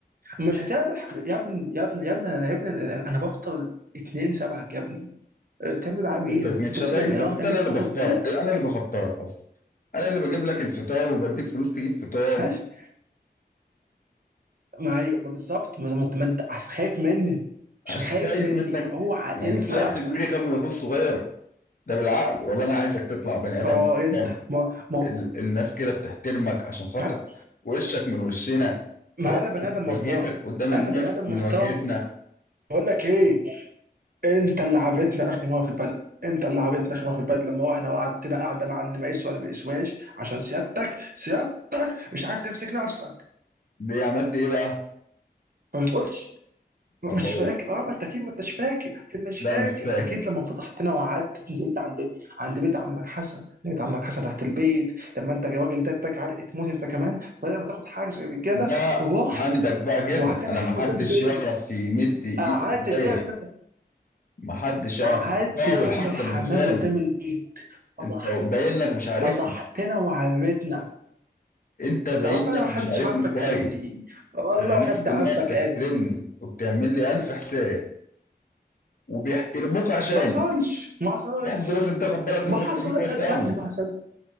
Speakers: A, on the right; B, on the left.
A: مش هتعمل ح- يا ابني يا ابني يا ابني انا يا ابني انا أنا بفطر اتنين شبهك يا ابني أه، تعمل معاه مين؟
B: دكتور من
A: انت
B: شبابي
A: نسيت مين؟
B: اذا
A: انا
B: كنت
A: واخد- أنا
B: انا
A: لسه
B: اللي
A: واخد
B: بفطرك
A: بطوله
B: انا اللي بفطرك اصلا انا اللي بجيب لك الفطار وبديك فلوس تجيب فطار
A: ماشي ما ايوه ما بالظبط ما ما انت ما انت عشان خايف مني عشان
B: عشان
A: خايف
B: كده خايف
A: مني
B: منك
A: فاوعى
B: يعني
A: تنسى
B: في
A: نفسك
B: اخ كبير يخاف من اخوه الصغير ده بالعقل والله انا عايزك تطلع بني ادم
A: اه انت
B: محترم
A: ما ما
B: ال- الناس كده بتحترمك عشان خاطر
A: انا
B: وشك من وشنا
A: ما
B: وإحنا
A: انا بني ادم
B: واجهتك
A: محترم
B: قدام
A: انا
B: الناس
A: بني ادم
B: من
A: محترم
B: واجهتنا
A: بقول لك ايه انت اللي عابتنا اخر مره في البلد انت اللي عابتنا اخر مره في البلد لما احنا قعدتنا قاعده مع ان ما يسوى ولا ما يسواش عشان سيادتك سيادتك مش عارف تمسك نفسك
B: ليه عملت ايه بقى
A: ما بتقولش
B: ما بقول
A: مش فاكر اه ما انت اكيد ما انتش فاكر اكيد مش
B: لا
A: فاكر
B: مش فاكر
A: اكيد لما فتحتنا وقعدت نزلت عند عند بيت عمك حسن بيت عمك حسن تحت البيت لما انت الراجل ده اداك علقه موت انت كمان فبدل ما تاخد حاجه زي الرجاله
B: لا
A: رحت
B: عندك بقى كده
A: وقعدت تعمل
B: انا
A: حمام
B: ما حدش
A: قدام البيت
B: يعرف يمد ايده
A: قعدت تعمل
B: عليا ما حدش يعرف
A: قعدت
B: يحاول
A: تعمل
B: حتى
A: حمام
B: بالفعل
A: قدام البيت فضح
B: انت باين لك مش عارفني
A: فضحتنا وعرتنا
B: انت باين
A: يا عم انا
B: لك
A: ما حدش
B: مش عارفني
A: عارفك
B: كويس
A: قد ايه والله
B: انا الناس
A: ما حد
B: كلها
A: عارفك
B: بتحترمني
A: قد ايه
B: وبتعمل لي الف حساب وبيحترموك عشاني
A: ما حصلش ما حصلش
B: برضه لازم تاخد بالك من
A: ما
B: النقطه
A: حصل
B: دي كويس
A: صدقني
B: قوي
A: ما حصل